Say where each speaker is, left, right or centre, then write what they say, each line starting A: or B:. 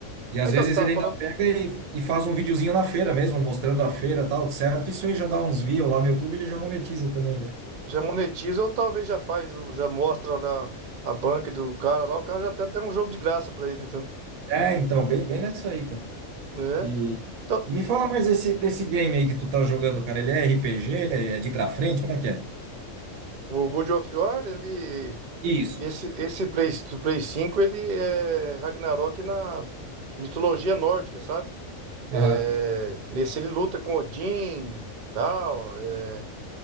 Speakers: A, on the right; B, on the right.
A: E às
B: Então
A: vezes
B: você tava
A: ele
B: falando,
A: ainda pega e, e faz um videozinho na feira mesmo, mostrando a feira e tal, certo? Isso aí já dá uns views lá no YouTube, ele já monetiza também, né?
B: já monetiza ou talvez já faz, ou já mostra lá a banca do cara lá, o cara já tem até um jogo de graça para ele, então.
A: É, então, bem, bem nessa aí, cara.
B: né?
A: E,
B: Então,
A: e me fala mais desse, desse game aí que tu tá jogando, cara. Ele é RPG? É de pra frente? Como é que é?
B: o God of War, ele.
A: Isso.
B: Esse, esse Play, do Play cinco ele é Ragnarok na mitologia nórdica, sabe? É,
A: Aham,
B: nesse ele luta com Odin, tal. é,